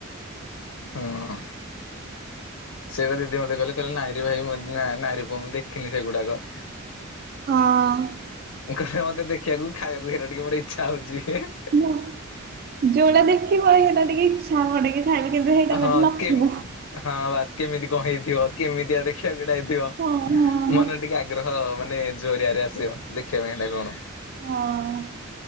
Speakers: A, on the left; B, on the right.
A: ହଁ। ସେଟା ଦିଦି ମତେ କହିଲେ କହିଲେ ନାଇ ଭାଇ ନାଇ ପୁଅ ମୁଁ ଦେଖିନି ସେଗୁଡାକ?
B: ହଁ।
A: ମୁଁ କହିଲେ ମତେ ଦେଖିବାକୁ ଖାଇବାକୁ ହେଇରା ଟିକ ମୋର ଇଚ୍ଛା ହୋଉଛି।
B: ନାଁ ଯୋଉଟା ଦେଖିବ ହେଇଟା ଟିକେ ଇଛା ହବ ଟିକେ ଖାଇବ କିନ୍ତୁ ସେଇଟା
A: ହଁ
B: ଗୋଟେ ନଥିବ।
A: କେ ହଁ ବାସ୍ କେମିତି କଣ ହେଇଥିବ? କେମିତିଆ ଦେଖିବାକୁ ହେଇଟା ହେଇଥିବ?
B: ହଁ ହଁ
A: ମନେ ଟିକେ ଆ ଗ୍ରହ ମାନେ ଜୋରିଆରେ ଆସିବ। ଦେଖିବା ପାଇଁ ସେଟା କଣ?
B: ହଁ।